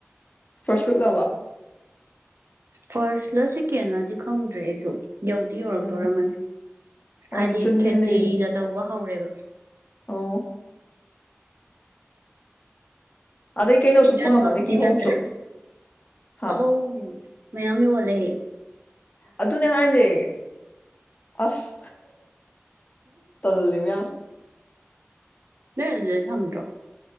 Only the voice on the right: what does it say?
ꯐꯥꯔꯁꯂ ꯁꯦꯀꯦꯟꯗꯤ ꯈꯪꯗ꯭ꯔꯦ ꯑꯩꯁꯨ ꯌꯧꯗꯤ ꯌꯧꯔꯛꯇꯣꯔꯔꯝꯃꯅꯤ
ꯍꯥꯏꯗꯤ
ꯈꯦꯇ꯭ꯔꯤꯒ
ꯇꯧꯕ ꯍꯧꯔꯦꯕ
ꯖꯟꯃ
ꯊ
ꯅꯠꯇ꯭ꯔ
ꯑ ꯃꯌꯥꯝꯃꯤ ꯌ ꯋꯥꯂꯦꯦ
ꯂꯩꯣꯏꯖꯦ ꯐꯪꯗ꯭ꯔꯣ